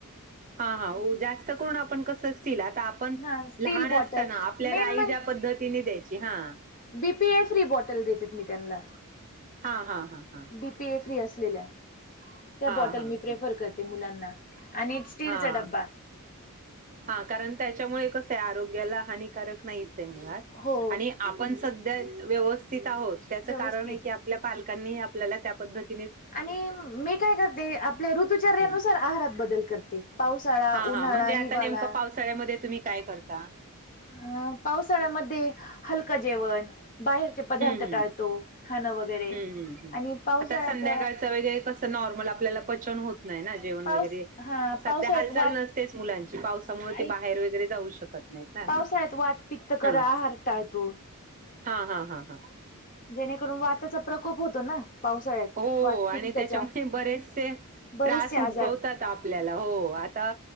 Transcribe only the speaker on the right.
हा हा जास्त करून आपण कस असतील आ आपण
लहान
असताना आपल्याला
आई ज्या पद्धतीने द्यायची हा.
हा हा हा हां.
हा
हा
हा
हा
हा कारण त्याच्यामुळे कस आहे आरोग्याला हानिकारक नाहीच आहे मुळात
आणि आपण सध्या व्यवस्थित आहोत त्याचं
कारण आहे की आपल्या पालकांनीही आपल्याला त्या पद्धती.
हम्म
ह
हा म्हणजे आता
नेमकं पावसाळ्यामध्ये तुम्ही काय करता.
हम्म हम्म
हम्म हम्म हम्म.
आता संध्याकाळचं वगैरे कसं नॉर्मल आपल्याला पचन होत नाही ना. जेवण
वगैरे
सध्या
हालचाल
नसतेच मुलांची पावसामुळे
ते बाहेर वगैरे जाऊ शकत नाहीत ना.
हा
हा हा हा हा
हो
आणि त्याच्यामुळे बरेचसे
त्रास उद्भवतात
आपल्याला हो आता